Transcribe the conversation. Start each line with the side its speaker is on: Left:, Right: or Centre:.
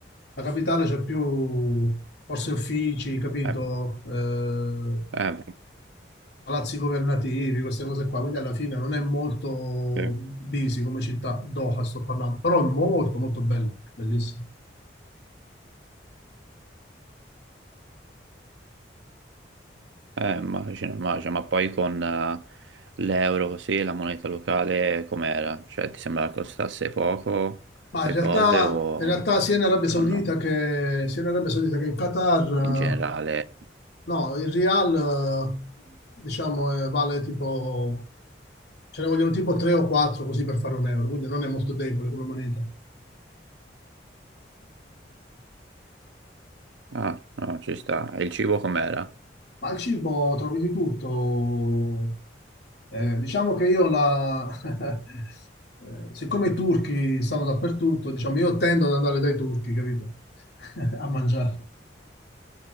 Left: La capitale c'è più forse uffici, capito?
Right: Eh,
Left: Eh,
Right: eh,
Left: palazzi governativi, queste cose qua, quindi alla fine non è molto
Right: immagino,
Left: busy come città, Doha sto parlando, però è molto molto bella, bellissima.
Right: eh, immagino, immagino. ma poi con eh, l'euro così, la moneta locale, com'era? Cioè, ti sembrava che costasse poco
Left: Ma
Right: le
Left: in realtà,
Right: cose o,
Left: in realtà sia in Arabia Saudita
Right: o no?
Left: che, sia in Arabia Saudita che in Qatar,
Right: In generale,
Left: eh, no, il Real, eh, diciamo, eh, vale tipo, ce ne vogliono tipo 3 o 4 così per fare un euro, quindi non è molto debole come moneta.
Right: ah, no, ci sta. E il cibo com'era?
Left: Ma al cibo trovi di tutto. Eh, diciamo che io la, <laughs> eh, siccome i turchi stanno dappertutto, diciamo, io tendo ad andare dai turchi, capito? <laughs> A mangiare.